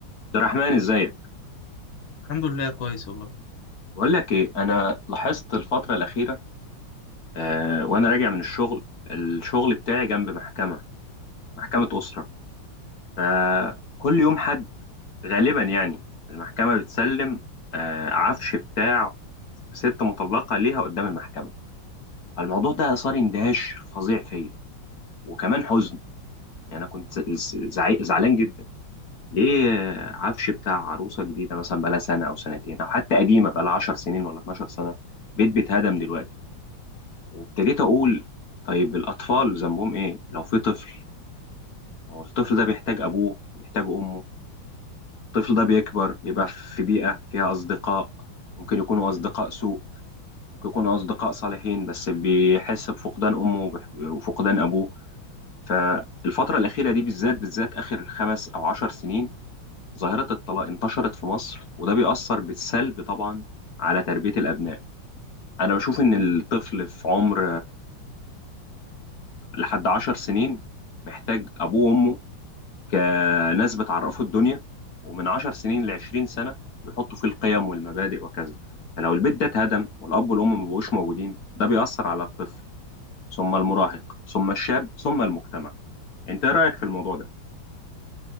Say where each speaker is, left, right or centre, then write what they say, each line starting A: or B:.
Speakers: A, on the left; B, on the left.
A: عبد الرحمن ازيك
B: الحمد لله كويس والله
A: بقول لك ايه انا لاحظت الفتره الاخيره آه وانا راجع من الشغل الشغل بتاعي جنب محكمه محكمه اسره فكل يوم حد غالبا يعني المحكمه بتسلم آه عفش بتاع ست مطلقه ليها قدام المحكمه فالموضوع ده اثار اندهاش فظيع فيا وكمان حزن يعني انا كنت ز- زعي- زعلان جدا ليه آه، عفش بتاع عروسه جديده مثلا بقالها سنه او سنتين او حتى قديمه بقالها 10 سنين ولا 12 سنه بيت بيتهدم دلوقتي وابتديت اقول طيب الاطفال ذنبهم ايه لو في طفل هو الطفل ده بيحتاج ابوه بيحتاج امه الطفل ده بيكبر بيبقى في بيئة فيها اصدقاء ممكن يكونوا اصدقاء سوء ممكن يكونوا اصدقاء صالحين بس بيحس بفقدان امه وبح- وفقدان ابوه فالفترة الأخيرة دي بالذات بالذات آخر خمس أو عشر سنين ظاهرة الطلاق انتشرت في مصر وده بيأثر بالسلب طبعا على تربية الأبناء أنا بشوف إن الطفل في عمر لحد عشر سنين محتاج أبوه وأمه كناس بتعرفه الدنيا ومن عشر سنين لعشرين سنة بيحطوا فيه القيم والمبادئ وكذا فلو البيت ده اتهدم والأب والأم مبقوش موجودين ده بيأثر على الطفل ثم المراهق ثم الشاب ثم المجتمع أنت إيه رأيك في الموضوع ده؟